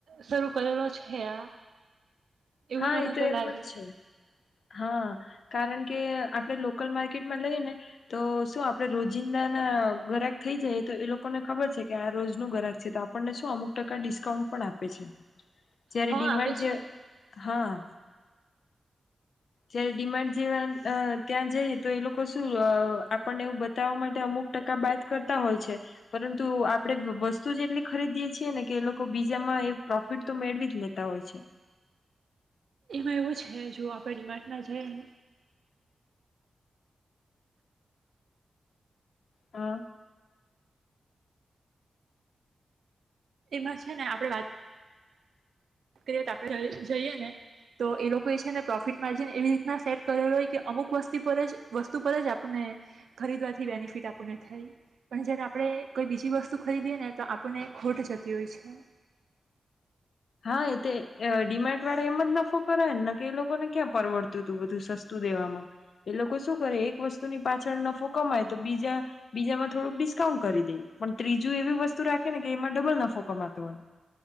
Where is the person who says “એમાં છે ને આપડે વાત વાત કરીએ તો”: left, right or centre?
Right